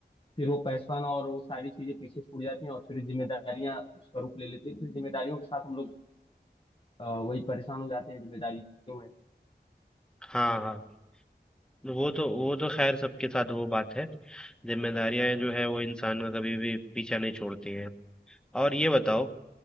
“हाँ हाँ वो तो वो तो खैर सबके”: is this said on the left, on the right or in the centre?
Centre